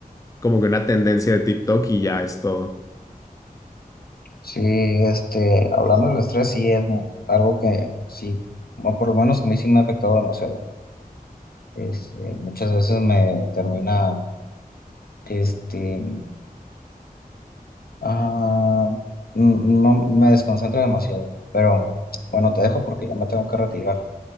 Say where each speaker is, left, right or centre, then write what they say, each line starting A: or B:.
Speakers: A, on the left (about 20°); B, on the left (about 70°).
A: como que una tendencia de TikTok y ya es todo.
B: Sí, este, hablando del estrés, sí es mu- algo que sí, bueno, por lo menos a mí sí me ha afectado demasiado. Este, muchas veces me termina, este, ah, n- no me desconcentra demasiado, pero bueno, te dejo porque ya me tengo que retirar.